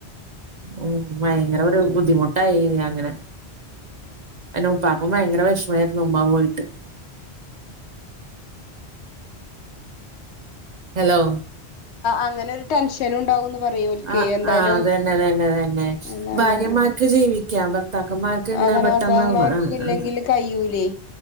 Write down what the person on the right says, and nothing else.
ഉം ഭയങ്കര ഒരു ബുദ്ധിമു ട്ടയ്നി അങ്ങനെ ഇന്റെ ഉപ്പാക്കും ഭയങ്കര വിഷമായിരുന്നു ഉമ്മാ പോയിട്ട്. ഹലോ
ആഹ്
ആഹ് അതന്നതന്നതന്നെ
ഭാര്യമാര്ക്ക് ജീവിക്കാം ഭ ത്താക്കന്മാർക്ക് ഇങ്ങനെ
പെട്ടെന്ന്
ങ്ങ അ
അ